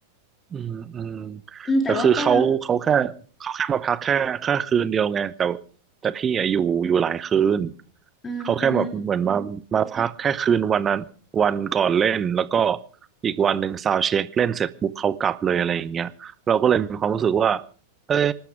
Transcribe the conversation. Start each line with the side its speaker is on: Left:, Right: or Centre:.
Right: อืมอืม
Left: อืมแต่ว่าก็
Right: แต่คือเขาเขาแค่เขาแค่มาพักแค่แค่คืนเดียวไงแต่แต่พี่อะอยู่อยู่หลายคืน
Left: อือฮึ
Right: เขาแค่แบบเหมือนมามาพักแค่คืนวันนั้นวันก่อนเล่นแล้วก็อีกวันหนึ่งซาวด์เช็คเล่นเสร็จปุ๊บเขากลับเลยอะไรอย่างเงี้ยเราก็เลยมีความรู้สึกว่าเอ้ย